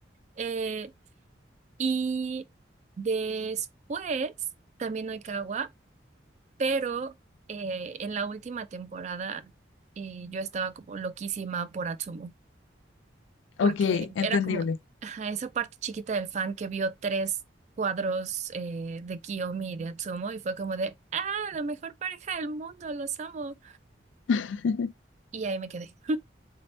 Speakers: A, on the right; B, on the left.
A: Eh, y después, también Oikawa. Pero eh, en la última temporada eh, yo estaba como loquísima por Atsumo, porque
B: ok, entendible.
A: era como ajá, esa parte chiquita del fan que vio tres cuadros eh, de Kiyomi y de Atsumo y fue como de, ah, la mejor pareja del mundo, los amo.
B: <laughs>
A: Y ahí me quedé.